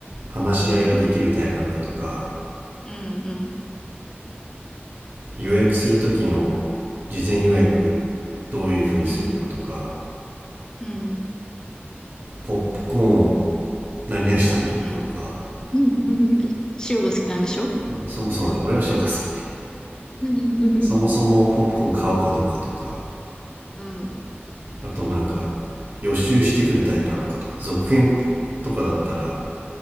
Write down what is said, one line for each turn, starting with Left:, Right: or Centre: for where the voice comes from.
Right: 話し合いができるタイプなのかとか
Left: うん、うん、うん。うん、うん、
Right: 予約する時の事前予約
Left: うん、
Right: どういうふうにするのかとか
Left: うん、うん、
Right: ポップコーンを何味食べるのかとか、
Left: うん。うん <laughs> 塩が好きなんでしょ
Right: まあ、そもそもね俺は塩が好き
Left: うん。
Right: そもそもポップコーン買うかどうかとか
Left: うん。
Right: あとなんか予習してくるタイプなのかとか続編とかだったら